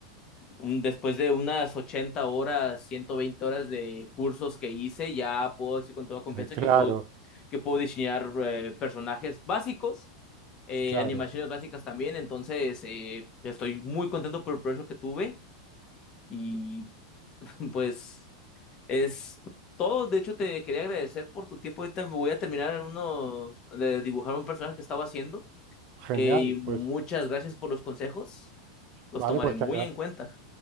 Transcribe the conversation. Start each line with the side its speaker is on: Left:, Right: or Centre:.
Left: un- después de unas 80 horas, 120 horas de cursos que hice, ya puedo decir con toda confianza
Right: eh, claro,
Left: que puedo, que puedo diseñar eh, personajes básicos, eh,
Right: claro.
Left: animaciones básicas también. Entonces, eh, estoy muy contento por el proceso que tuve y <laughs> pues es todo. De hecho, te quería agradecer por tu tiempo. Ahorita me voy a terminar en uno de dibujar un personaje que estaba haciendo.
Right: Genial,
Left: eh, y muchas
Right: pues
Left: gracias por los consejos. Los
Right: vale,
Left: tomaré
Right: pues
Left: muy
Right: te agra-
Left: en cuenta.